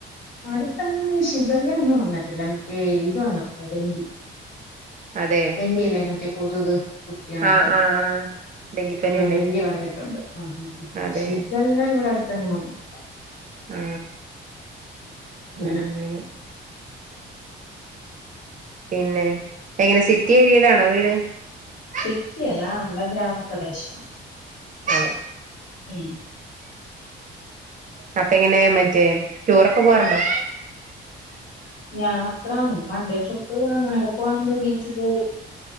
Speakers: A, on the left (about 70°); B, on the right (about 40°).
A: അടുത്തങ്ങും ശിഖല്ല ഒന്നും വന്നിട്ടില്ല മറ്റേ ഇത് വന്ന് ഡെങ്കി
B: അതെ
A: ഡെങ്കില്ലെ മറ്റേ കൊതുക് കുത്തിയുണ്ടായിരുന്നു
B: ആഹ് ആഹ് ആഹ് ഡെങ്കിപ്പനി
A: ആ
B: അല്ലേ
A: ഡെങ്കി വന്നിട്ടുണ്ട്. ആ അ അ അ
B: അതെ
A: ഷിഗല്ല ഇവിടെ അടുത്തങ്ങും വന്നിട്ടില്ല.
B: ആ
A: അങ്ങനെ
B: അങ്ങെനെ പിന്നെ എങ്ങനെ സിറ്റി ഏരിയയിലാണോ വീട്? അതെ
A: സിറ്റിയല്ലാ വ്ടെ ഗ്രാമപ്രദേശമാണ്.
B: ഏ
A: ഉം
B: അപ്പങ്ങനെ മറ്റേ ടൂറൊക്കെ പോവാർണ്ടൊ
A: യാത്ര വണ്ടേ ട്രിപ്പ് അങ്ങനൊക്കെ പോവണ്ട് ബീച്ചില്.